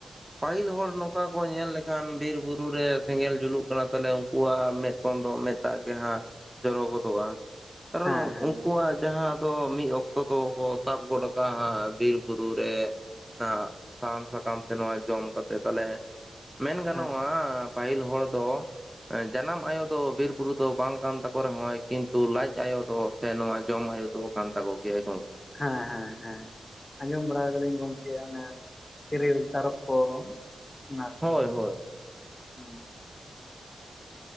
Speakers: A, in the centre; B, on the left.
A: ᱯᱟᱹᱦᱤᱞ ᱦᱚᱲ ᱱᱚᱝᱠᱟ ᱠᱚ ᱧᱮᱞ ᱞᱮᱠᱷᱟᱱ ᱵᱤᱨ ᱵᱩᱨᱩ ᱨᱮ ᱥᱮᱸᱜᱮᱞ ᱡᱩᱞᱩᱜ ᱠᱟᱱᱟ ᱛᱟᱞᱮ ᱠᱚᱣᱟ ᱢᱮᱫ ᱠᱷᱚᱱ ᱫᱚ ᱢᱮᱫ ᱫᱟᱜ ᱜᱮ ᱦᱟᱸᱜ ᱡᱚᱨᱚ ᱜᱚᱫᱚᱜᱼᱟ᱾ ᱠᱟᱨᱚᱱ
B: ᱦᱮᱸ ᱦᱮᱸ ᱦᱮᱸ
A: ᱩᱱᱠᱩᱣᱟᱜ ᱡᱟᱦᱟᱸ ᱫᱚ ᱢᱤᱫ ᱚᱠᱛᱚ ᱫᱚ ᱵᱚ ᱛᱟᱵ ᱜᱚᱫ ᱟᱠᱟ ᱦᱟᱸᱜ᱾ ᱵᱤᱨ ᱵᱩᱨᱩ ᱨᱮ ᱚᱱᱟ ᱥᱟᱦᱟᱱ ᱥᱟᱠᱟᱢ ᱛᱮ ᱱᱚᱣᱟ ᱡᱚᱢ ᱠᱟᱛᱮ ᱛᱟᱞᱮ ᱢᱮᱱ ᱜᱟᱱᱚᱜᱼᱟ
B: ᱦᱮᱸ
A: ᱯᱟᱹᱦᱤᱞ ᱦᱚᱲ ᱫᱚ ᱮᱸ ᱡᱟᱱᱟᱢ ᱟᱭᱳ ᱫᱚ ᱵᱤᱨ ᱵᱩᱨᱩ ᱫᱚ ᱵᱟᱝ ᱠᱟᱱ ᱛᱟᱠᱚ ᱨᱮᱦᱚᱸᱭ ᱠᱤᱱᱛᱩ ᱞᱟᱡ ᱟᱭᱳ ᱫᱚ ᱥᱮ ᱱᱚᱣᱟ ᱡᱚᱢ ᱟᱭᱳ ᱫᱚ ᱠᱟᱱ ᱛᱟᱠᱚ ᱜᱮᱭᱟᱭ ᱜᱚᱝᱠᱮ᱾
B: ᱦᱮᱸ ᱦᱮᱸ ᱦᱮᱸ᱾ ᱟᱸᱡᱚᱢ ᱵᱟᱲᱟᱭ ᱫᱟᱞᱤᱧ ᱜᱚᱝᱠᱮ ᱚᱱᱮ ᱛᱮᱨᱮᱞ ᱛᱟᱨᱚᱵ ᱠᱚ᱾ ᱱᱚᱣᱟ ᱠᱚ
A: ᱦᱳᱭ ᱦᱳᱭ᱾
B: ᱦᱩᱸ᱾